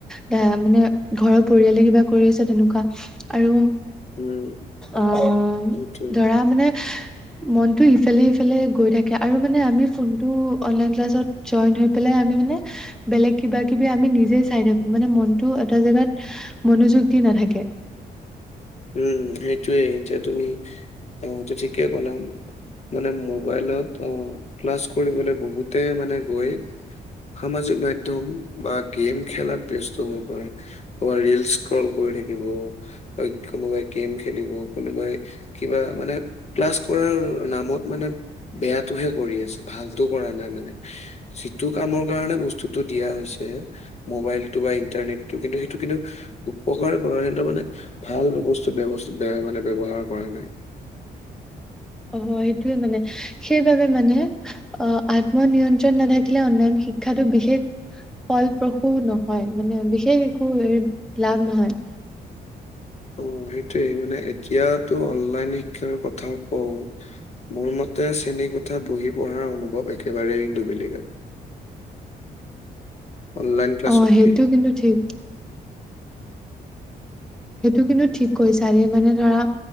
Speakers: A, in the centre; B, on the left.
A: দ মানে ঘৰৰ পৰিয়ালে কিবা কৰি আছে তেনেকুৱা। আৰু
B: উম উম
A: আহ
B: সেইটোৱে
A: ধৰা মানে। মনতটো ইফালে সফালে গৈ থাকে আৰু মানে আমি ফোনটো অনলাইন ক্লাছত। জইন হৈ পেলাই আমি মানে বেলেগ কিবা কিবি আমি নিজে চাই থাকো মানে মনতটো এটা জেগাত মনোযোগ দি নাথাকে।
B: উম সেইটোৱে এতিয়া তুমি টাইমটো ঠিকেই কলা। মানে মোবাইলত অ ক্লাছ কৰিবলৈ বহুতে মানে গৈ। সামাজিক মাধ্যম বা গেম খেলাত ব্যস্ত হব পাৰে। তোমাৰ ৰিল স্ক্ৰল কৰি থাকিব। অ, কোনোবাই গেম খেলিব কোনোবাই কিবা মানে ক্লাছ কৰাৰ নামত মানে। বেয়াতটোহে কৰি আছে ভালতো কৰা নাই মানে। যিটো কামৰ কাৰণে বস্তুতটো দিয়া হৈছে। মোবাইলটো বা ইন্টাৰনেটটো কিন্তু সেইটো কিন্তু উপকাৰ কৰা মানে ভাল বস্তু ব্যয় মানে ব্যৱহাৰ কৰা নাই।
A: অঁ, সেইটোয়ে মানে সেইবাবে মানে। অ আত্মনিয়ন্ত্ৰণ নাথাকিলে অনলাইন শিক্ষাটো বিশেষ ফলপ্ৰসূ নহয় মানে বিশেষ একো লাভ নহয়।
B: অ সেইটোয়ে মানে এতিয়াতো অনলাইন শিক্ষাৰ কথা কওঁ। মোৰ মতে শ্ৰেণী কোঠাত বহি পঢ়া অনুভৱ একেবাৰে কিন্তু বেলেগ আছিলে। অনলাইন ক্লাছতকে।
A: অ সেইটো কিন্তু ঠিক। সেইটো কিন্তু ঠিক কৈ ছাৰে মানে ধৰা